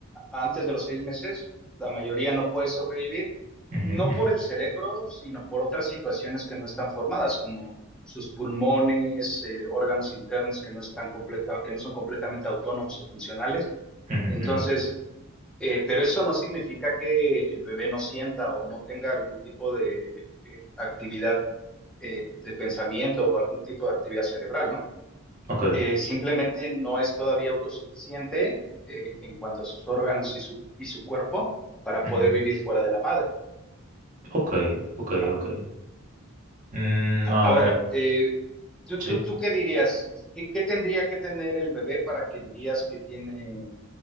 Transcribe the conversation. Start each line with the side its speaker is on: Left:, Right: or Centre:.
Centre: antes de los seis meses, la mayoría no puede sobrevivir,
Right: ujú,
Centre: no por el cerebro, sino por otras situaciones que no están formadas, como sus pulmones, eh, órganos internos que no están completa, que no son completamente autónomos o funcionales.
Right: ujú,
Centre: Entonces,
Right: ujú, ujú,
Centre: eh, pero eso no significa que el bebé no sienta o no tenga algún tipo de eh, actividad eh, de pensamiento o algún tipo de actividad cerebral, ¿no?
Right: Ok,
Centre: Eh, simplemente no es todavía autosuficiente eh, en cuanto a sus órganos y su, y su cuerpo para
Right: ujú.
Centre: poder vivir fuera de la madre,
Right: ok, ok,
Centre: ¿no?
Right: ok. Mm, a
Centre: Ahora,
Right: ver,
Centre: eh, ¿tú,
Right: sí.
Centre: tú, tú qué dirías? ¿Qué, qué tendría que tener el bebé para que dirías que tiene,